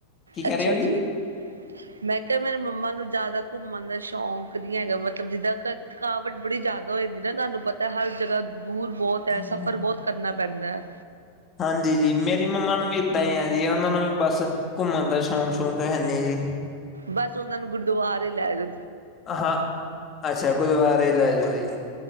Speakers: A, on the left (about 25°); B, on the right (about 75°).
A: ਕੀ ਕਹਿ
B: ਅੱਛਾ
A: ਰਹੇ ਹੋ
B: ਜੀ। ਮੈਂ ਕਿਹਾ ਮੇਰੇ ਮੰਮਾ ਨੂੰ ਜ਼ਿਆਦਾ ਘੁੰਮਣ ਦਾ ਸ਼ੌਂਕ ਨੀ ਹੈਗਾ ਮਤਲਬ ਜਿੱਦਾਂ ਘਰੇ। ਥਕਾਵਟ ਬੜੀ ਜ਼ਿਆਦਾ ਹੋ ਜਾਂਦੀ ਨਾ ਤੁਹਾਨੂੰ ਪਤਾ ਹਰ ਜਗ੍ਹਾ ਦੂਰ ਬਹੁਤ।
A: ਜੀ
B: ਤਹਿ ਸਫ਼ਰ ਬਹੁਤ ਕਰਨਾ ਪੈਂਦਾ ਹੈ।
A: ਹਾਂਜੀ ਜੀ ਮੇਰੀ ਮੰਮਾ ਨੂੰ ਵੀ ਏਦਾਂ ਹੀ ਆ ਜੀ ਆ ਉਹਨਾਂ ਨੂੰ ਵੀ ਬਸ। ਘੁੰਮਣ ਦਾ ਸ਼ੌਂਕ ਸ਼ੌਕ ਹੈਨੀ ਜੀ
B: ਬਸ ਉਹਨਾਂ ਨੂੰ ਗੁਰਦੁਆਰੇ ਲੈ ਜਾ
A: ਹਾਂ ਅੱਛਾ ਗੁਰੂ ਦੁਆਰੇ ਲੈ ਜੋੜਏ